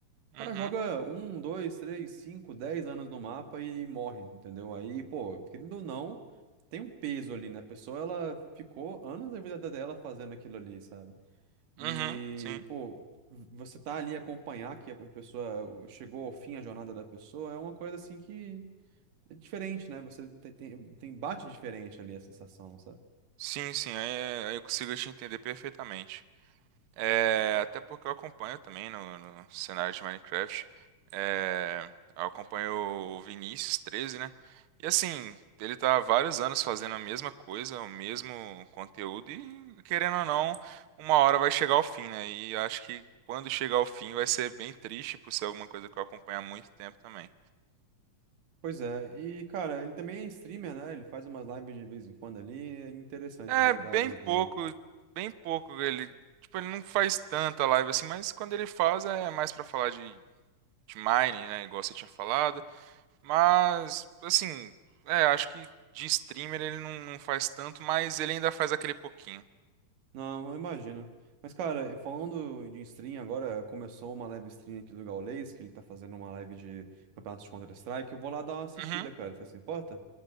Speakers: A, on the right; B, on the right.
A: O
B: uhum,
A: cara joga um, dois, três, cinco, dez anos no mapa e morre, entendeu? Aí, pô, querendo ou não, tem um peso ali, né? A pessoa, ela ficou anos da vida dela fazendo aquilo ali, sabe? E,
B: uhum, sim.
A: pô, você tá ali acompanhar que a pessoa chegou ao fim a jornada da pessoa é uma coisa assim que. É diferente, né? Você tem, tem, tem- bate diferente ali a sensação, sabe?
B: Sim, sim, aí, aí eu consigo te entender perfeitamente. É, até porque eu acompanho também no, no cenário de Minecraft. É, eu acompanho o Vinícius 13, né? E assim, ele tá há vários anos fazendo a mesma coisa, o mesmo conteúdo, e querendo ou não, uma hora vai chegar ao fim, né? E acho que quando chegar ao fim vai ser bem triste por ser alguma coisa que eu acompanho há muito tempo também.
A: Pois é, e cara, ele também é streamer, né? Ele faz umas lives de vez em quando ali, é interessante
B: É
A: ver
B: bem
A: as lives dele.
B: pouco, bem pouco ele, tipo, ele não faz tanta live assim, mas quando ele faz é mais pra falar de, de Mine, né, igual você tinha falado. Mas assim, é, acho que de streamer ele não, não faz tanto, mas ele ainda faz aquele pouquinho.
A: Não, eu imagino. Mas cara, falando de stream, agora começou uma live stream aqui do Gaules, que ele tá fazendo uma live de campeonato de Counter-Strike. Eu vou lá dar uma assistida,
B: Uhum.
A: cara, você se importa?